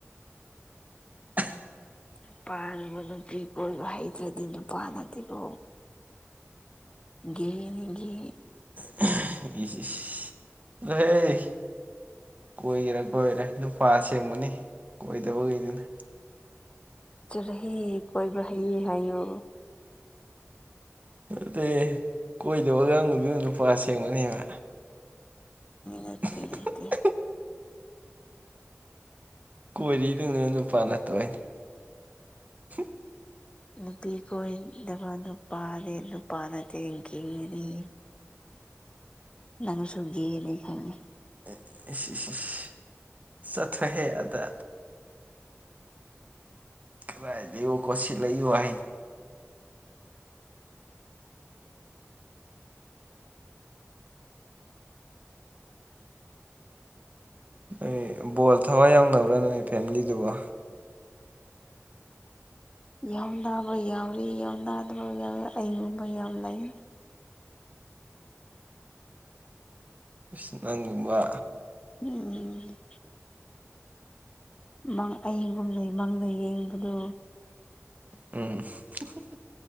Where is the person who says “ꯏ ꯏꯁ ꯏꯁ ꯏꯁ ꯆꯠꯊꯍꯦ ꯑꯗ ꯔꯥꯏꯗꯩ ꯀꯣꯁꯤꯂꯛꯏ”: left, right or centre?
Right